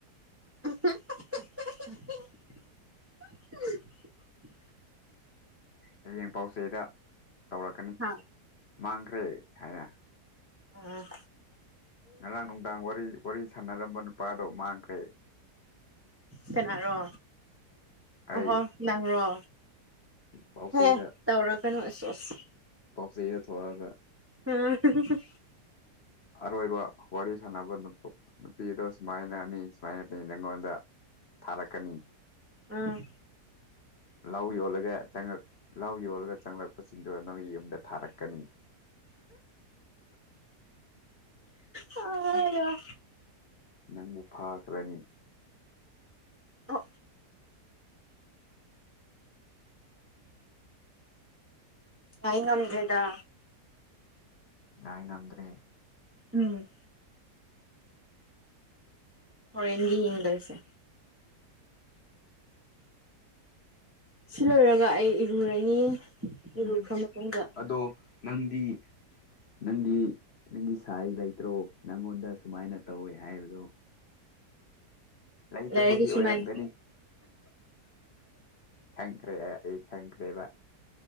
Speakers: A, on the right; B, on the left.
A: <unintelligible>
B: ꯍꯌꯦꯡ ꯄꯥꯎꯆꯦꯗ ꯇꯧꯔꯛꯀꯅꯤ
A: ꯍꯥ
B: ꯃꯥꯡꯈ꯭ꯔꯦ ꯍꯥꯏꯅ
A: ꯎꯝ
B: ꯉꯔꯥꯡ ꯅꯨꯡꯗꯥꯡ ꯋꯥꯔꯤ ꯁꯥꯟꯅꯔꯝꯕ ꯅꯨꯄꯥꯗꯣ ꯃꯥꯡꯈ꯭ꯔꯦ
A: ꯁꯅꯥꯔꯣ
B: ꯑꯩ
A: ꯑ ꯅꯔꯣ
B: ꯄꯥꯎꯆꯦꯗ
A: ꯍꯦ ꯇꯧꯔ ꯀꯩꯅꯣ ꯑꯁꯁ
B: ꯁ ꯊꯑꯒ
A: ꯑ
B: ꯑꯔꯣꯏꯕ ꯋꯥꯔꯤ ꯁꯥꯟꯅꯕ ꯅꯨꯄꯤ ꯑꯗꯣ ꯁꯨꯃꯥꯏꯅ ꯑꯅꯤ ꯁꯨꯃꯥꯏꯅ ꯂꯩ ꯑꯩꯉꯣꯟꯗ ꯊꯥꯔꯛꯀꯅꯤ
A: ꯑꯥ
B: ꯂ ꯌꯣꯜꯂꯒꯦ ꯆꯪꯉꯛ ꯂ ꯌꯣꯜꯂꯒ ꯆꯪꯂꯛꯄꯁꯤꯡꯗꯣ ꯅꯪꯒꯤ ꯌꯨꯝꯗ ꯊꯥꯔꯛꯀꯅꯤ
A: ꯑ
B: ꯅꯪꯕꯨ ꯐꯥꯈ꯭ꯔꯅꯤ
A: ꯑ ꯇ ꯉꯝꯊꯦꯗꯗꯥ
B: ꯉꯥꯏ ꯉꯝꯗ꯭ꯔꯦ
A: ꯎꯝ ꯐꯣꯔꯦꯟꯕꯤ ꯏꯪꯂꯁꯦ ꯁꯤ ꯂꯣꯏꯔꯒ ꯑꯩ ꯏꯔꯨꯔꯅꯤ
B: ꯎꯝ
A: ꯏꯔꯨꯈ꯭ꯔ ꯃꯇꯨꯡꯗ
B: ꯑꯗꯣ ꯅꯪꯗꯤ ꯅꯪꯒꯤ ꯅꯪꯒꯤ ꯁꯥꯏ ꯂꯩꯇ꯭ꯔꯣ ꯅꯪꯉꯣꯟꯗ ꯁꯨꯃꯥꯏꯅ ꯇꯧꯋꯦ ꯍꯥꯏꯕꯗꯣ ꯂꯩꯇꯝꯕꯒꯤ
A: ꯂꯩꯔꯗꯤ ꯁꯨꯃꯥꯏꯅ
B: ꯑꯣꯏꯔꯝꯒꯅꯤ ꯐꯪꯈ꯭ꯔꯦ ꯑꯩ ꯐꯪꯈ꯭ꯔꯦꯕ